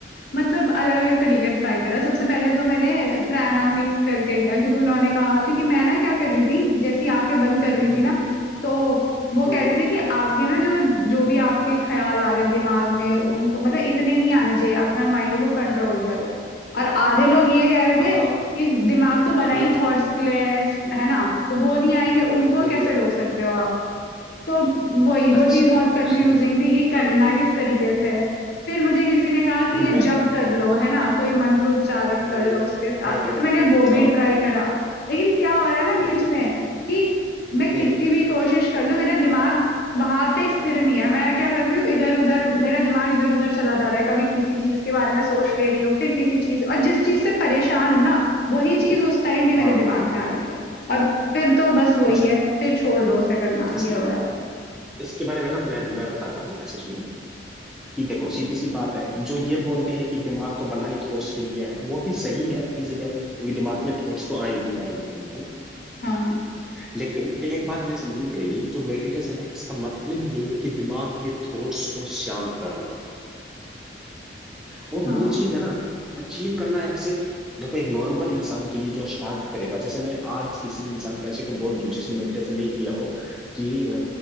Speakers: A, on the left (about 55°); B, in the centre.
A: मतलब अलग-अलग तरीका ट्राई करा। सबसे पहले तो मैंने प्राणायाम मिक्स करके किया क्योंकि उन्होंने कहा क्योंकि मैं ना क्या कर रही थी, जैसे ही आँखें बंद कर रही
B: हम्म
A: थी ना, तो वो
B: हम्म,
A: कह रहे थे कि आपके ना जो जो भी आपके ख़्याल आ रहे हैं दिमाग में उनको मतलब इतने नहीं आने चाहिए, अपना माइंड को कंट्रोल करो। और आधे लोग ये कह रहे
B: हाँ
A: थे
B: हाँ
A: कि दिमाग तो बना
B: हाँ,
A: ही थॉट्स के लिए है, है ना? तो वो नहीं आएँगे,
B: हम्म
A: उनको कैसे रोक सकते हो आप? तो वही वो
B: अच्छा
A: चीज़ बहुत
B: <laughs>
A: कंफ्यूजिंग
B: हम्म
A: थी कि करना किस तरीके से है फिर मुझे किसी ने कहा
B: देखो
A: कि
B: मैं
A: जप कर लो है ना कोई मंत्र उच्चारण कर
B: हम्म
A: लो उसके साथ
B: हम्म
A: तो मैंने वो भी
B: हाँ
A: ट्राई करा लेकिन क्या हो रहा है ना बीच
B: हम्म
A: में कि मैं कितनी
B: हम्म
A: भी कोशिश कर लूं मेरा दिमाग वहां पे स्थिर नहीं है मैं क्या कर रही हूँ इधर उधर मेरा दिमाग इधर उधर चला जा रहा है कभी किसी चीज के बारे में सोच ले रही हूँ फिर किसी चीज और जिस चीज से परेशान हूँ ना वही चीज उस टाइम भी
B: हाँ
A: मेरे दिमाग में आ रही है और फिर तो बस वही
B: अच्छा
A: है फिर छोड़ दो उसे करना
B: इसके
A: ये हो रहा है
B: इसके बारे में ना मैं मैं बताता हूँ ऐसे सुनो कि देखो सीधी सी बात है जो ये बोलते हैं कि दिमाग तो बना ही थॉट्स के लिए है वो भी सही है अपनी जगह पे क्योंकि दिमाग में थॉट्स तो आएंगी आएंगी है
A: हाँ
B: लेकिन एक बात हमें समझनी पड़ेगी जो मेडिटेशन है इसका मतलब यही है कि दिमाग के थॉट्स को शांत करना और
A: हाँ
B: वो चीज है ना अचीव करना ऐसे देखो एक नॉर्मल इंसान के लिए जो स्टार्ट करेगा जैसे मैं आज किसी इंसान को ऐसे को बोल दूं जिसने मेडिटेशन नहीं किया हो कि अ,